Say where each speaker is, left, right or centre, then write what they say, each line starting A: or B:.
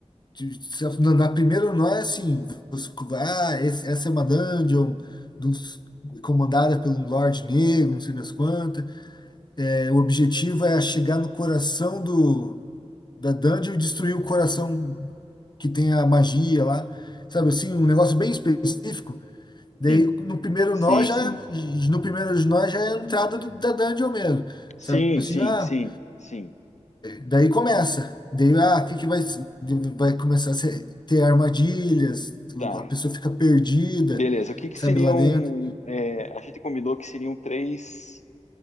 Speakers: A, on the left; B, on the left.
A: De- se- Na na primeira não é assim. você- ah, esse- essa é uma dungeon dos- comandada pelo Lorde Negro, não sei das quantas. É, o objetivo é chegar no coração do, da dungeon e destruir o coração que tem a magia lá. Sabe assim? Um negócio bem específico. Daí
B: sim.
A: no primeiro
B: Sim,
A: nó já,
B: sim.
A: no primeiro nó já é a entrada do, da dungeon mesmo.
B: Sim,
A: Sabe assim,
B: sim,
A: ah,
B: sim, sim.
A: daí começa. Daí, ah, o que que vai, se- vai começar a ser- ter armadilhas,
B: Tá.
A: a pessoa fica perdida,
B: Beleza. O que que
A: sabe,
B: seriam,
A: lá dentro.
B: é, a gente combinou que seriam três